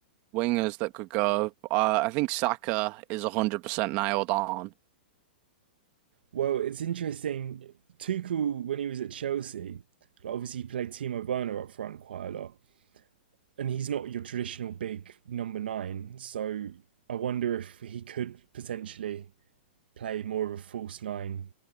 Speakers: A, on the right; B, on the right.
A: wingers that could go. Uh, I think Saka is 100% nailed on.
B: Well, it's interesting. Tuchel, when he was at Chelsea, like obviously he played Timo Werner up front quite a lot, and he's not your traditional big number nine. So I wonder if he could potentially play more of a false nine